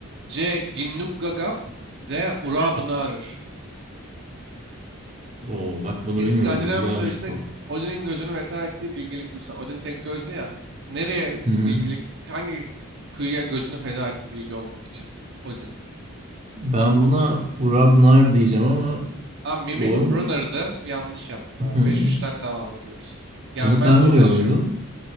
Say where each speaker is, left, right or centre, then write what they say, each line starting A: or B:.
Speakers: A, on the right; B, on the right.
A: C. Ginnungagap D. Urabnarır
B: Oo, bak bunu
A: İskandinav
B: bilmiyorum. Güzelmiş
A: mitolojisinde
B: bu.
A: Odin'in gözünü feda ettiği bilgelik kuyusu. Odin tek gözlü ya. Nereye
B: Hı hı.
A: bilgelik, hangi kuyuya gözünü feda etti bilgi olmak için? Odin.
B: Ben buna Urabnar diyeceğim ama
A: Abi Mimis
B: doğru mu?
A: Brunner'dı. Yanlış yaptın abi.
B: Hı hı.
A: beş 3ten devam ediyoruz. Yenmen
B: Bunu sen
A: zorlaşıyor.
B: biliyor muydun?